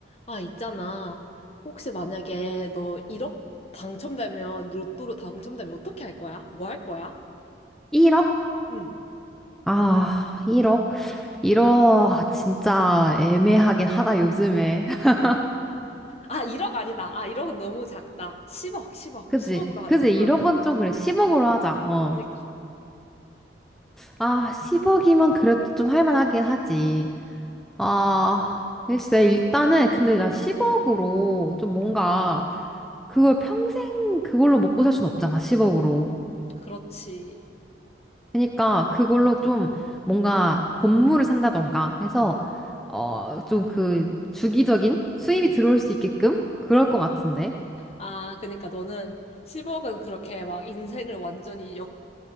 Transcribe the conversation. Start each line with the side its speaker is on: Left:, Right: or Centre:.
Left: 아, 있잖아. 혹시 만약에 너 1억 당첨되면, 로또로 당첨되면 어떻게 할 거야? 뭐 할 거야?
Centre: 1억?
Left: 응.
Centre: 아, 1억? 1억, 진짜 애매하긴 하다, 요즘에. <laughs>
Left: 아, 1억 아니다. 아, 1억은 너무 작다. 10억, 10억,
Centre: 그지?
Left: 10억으로 하자.
Centre: 그지?
Left: 응
Centre: 1억은 좀 그래. 10억으로 하자, 어.
Left: 그니까.
Centre: 아, 10억이면 그래도 좀 할만하긴 하지. 아, 글쎄, 일단은, 근데 나 10억으로 좀 뭔가, 그걸 평생 그걸로 먹고 살 순 없잖아, 10억으로.
Left: 그렇지.
Centre: 그러니까, 그걸로 좀 뭔가 건물을 산다던가 해서, 어, 좀 그, 주기적인 수입이 들어올 수 있게끔? 그럴 것 같은데.
Left: 아, 그니까 러 너는 10억은 그렇게 막 인생을 완전히 역,